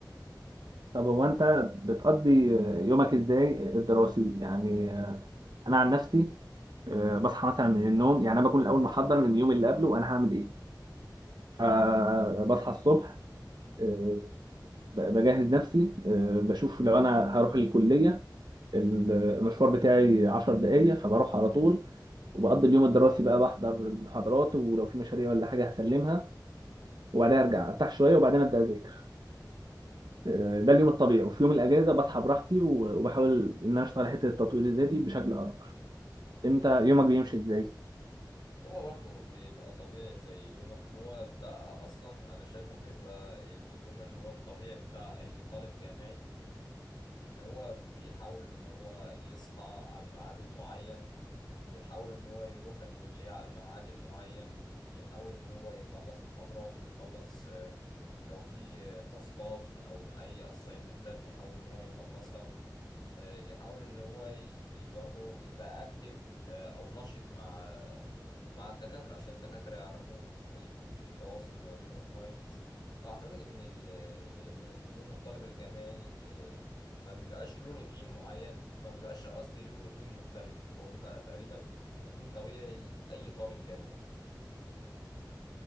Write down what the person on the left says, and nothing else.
هو برضه بيبقى طبيعي زي يومك هو ده اصلا انا شايف انه بيبقى اليوم اللي هو الطبيعي بتاع اي طالب جامعي ان هو بيحاول ان هو يصحى على الميعاد المعين ويحاول ان هو يروح الكلية على الميعاد المعين يحاول ان هو يخلص محاضراته ويخلص آه، لو في آه، تاسكات او اي اسايمنتات يحاول ان هو يخلصها آه، يحاول ان هو ي- ي- برضه يبقى اكتف او نشط مع آه، مع الدكاترة عشان الدكاترة يعرفوه يكون في تواصل ما بينهم كويس فاعتقد ان ال- ان اليوم الطالب الجامعي آه، ما بيبقاش له روتين معين ما بيبقاش قصدي له روتين مختلف هو بيبقى تقريبا روتين طبيعي لأي طالب جامعي